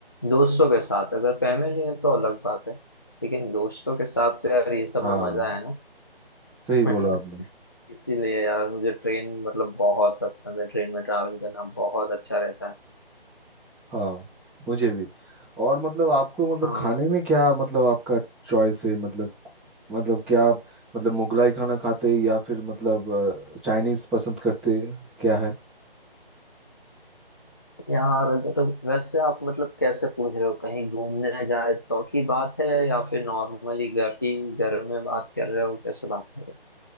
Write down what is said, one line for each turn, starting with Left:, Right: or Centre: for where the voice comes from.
Left: दोस्तों के साथ अगर फैमिली है तो अलग बात है लेकिन दोस्तों के साथ तो यार ये सब
Centre: हाँ
Left: में मजा है ना
Centre: सही
Left: <laughs>
Centre: बोला आपने
Left: इसीलिए यार मुझे ट्रेन मतलब बहुत पसंद है ट्रेन में ट्रैवल करना बहुत अच्छा रहता है
Centre: हाँ मुझे भी और मतलब आपको मतलब
Left: हाँ
Centre: खाने में क्या मतलब आपका चॉइस है मतलब मतलब क्या आप मतलब मुगलाई खाना खाते हैं या फिर मतलब चाइनीज पसंद करते हैं? क्या है
Left: यार अगर वैसे आप मतलब कैसे पूछ रहे हो कहीं घूमने जाए तो की बात है या फिर नॉर्मली घर की घर में बात कर रहे हो कैसे बात कर रहे